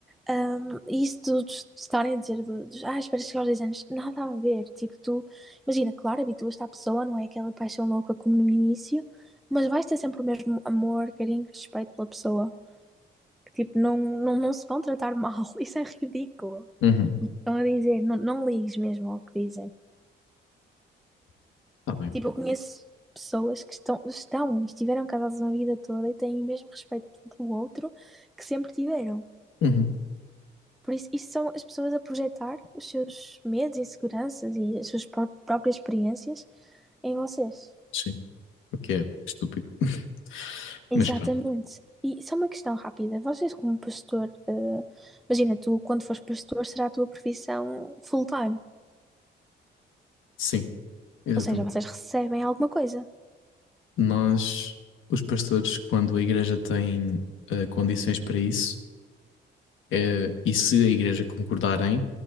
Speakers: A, in the centre; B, on the left (about 80°).
A: Um, e isso de, de estarem a dizer, do- dos, ah, espera chegar aos 10 anos, nada a ver. Tipo, tu, imagina, claro, habituas-te à pessoa, não é aquela paixão louca como no início, mas vais ter sempre o mesmo amor, carinho, respeito pela pessoa. Tipo, não, não, não se vão tratar mal, <laughs> isso é ridículo.
B: Uhum.
A: Estão a dizer, não, não ligues mesmo ao que dizem.
B: Tá bem.
A: Tipo, eu conheço pessoas que estão, estão, estiveram casadas uma vida toda e têm o mesmo respeito um pelo outro que sempre tiveram.
B: Uhum.
A: Por isso, isso são as pessoas a projetar os seus medos, inseguranças e as suas pró- próprias experiências em vocês.
B: Sim, o que é estúpido. <laughs>
A: Exatamente.
B: Mas pronto,
A: E só uma questão rápida. Vocês, como pastor, eh, imagina, tu, quando fores pastor, será a tua profissão full-time.
B: sim, exatamente.
A: Ou seja, vocês recebem alguma coisa.
B: Nós, os pastores, quando a igreja tem eh, condições para isso, eh, e se a igreja concordarem,